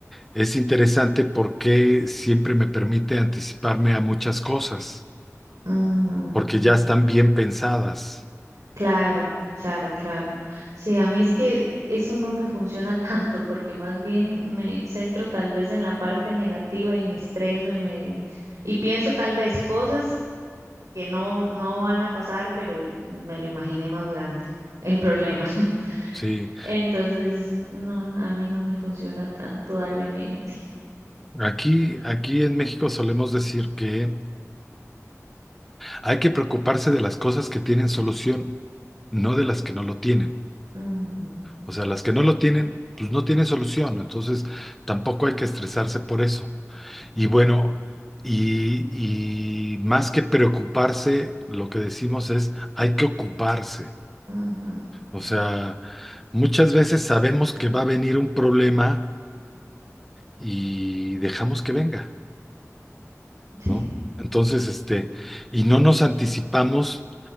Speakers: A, in the centre; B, on the right.
A: es interesante porque siempre me permite anticiparme a muchas cosas,
B: ujú.
A: porque ya están bien pensadas.
B: Claro, claro, claro. Sí, a mí es que eso no me funciona <laughs> tanto porque más bien me centro tal vez en la parte negativa y me estreso y me y pienso tal vez cosas que no no van a pasar, pero me lo imaginé más grande el problema. <laughs>
A: Sí,
B: Entonces, no, a mí no me funciona tanto darle mente.
A: aquí, aquí en México solemos decir que Hay que preocuparse de las cosas que tienen solución, no de las que no lo tienen.
B: Ujú,
A: O sea, las que no lo tienen, pues no tienen solución. Entonces, tampoco hay que estresarse por eso. Y bueno, y, y más que preocuparse, lo que decimos es, hay que ocuparse.
B: ujú,
A: O sea, muchas veces sabemos que va a venir un problema y dejamos que venga,
B: sí,
A: ¿no? Entonces, este, y no nos anticipamos